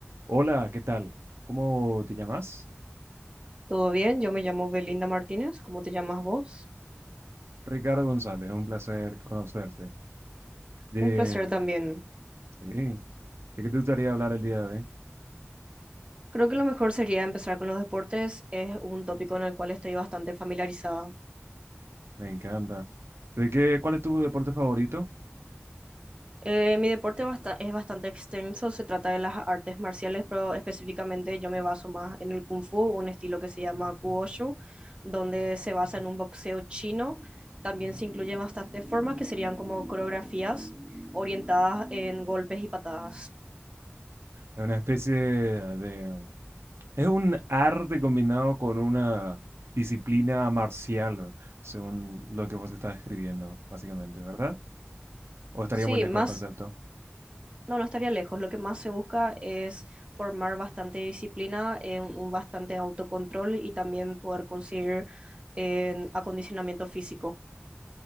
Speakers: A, on the right; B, on the right.
A: Hola, ¿qué tal? ¿Cómo te llamas?
B: Todo bien, yo me llamo Belinda Martínez, ¿cómo te llamas vos?
A: Ricardo González, un placer conocerte. De,
B: Un placer también.
A: sí, ¿de qué te gustaría hablar el día de hoy?
B: Creo que lo mejor sería empezar con los deportes, es un tópico en el cual estoy bastante familiarizada.
A: Me encanta. ¿De qué, cuál es tu deporte favorito?
B: Eh, mi deporte basta- es bastante extenso, se trata de las artes marciales, pero específicamente yo me baso más en el Kung Fu, un estilo que se llama Kuoshu, donde se basa en un boxeo chino. También se incluyen bastantes formas que serían como coreografías orientadas en golpes y patadas.
A: Es una especie de... Es un arte combinado con una disciplina marcial, según lo que vos estás describiendo, básicamente, ¿verdad? ¿O estaría
B: Sí,
A: muy lejos
B: más.
A: del concepto?
B: No, no estaría lejos. Lo que más se busca es formar bastante disciplina, eh, un bastante autocontrol y también poder conseguir eh, acondicionamiento físico.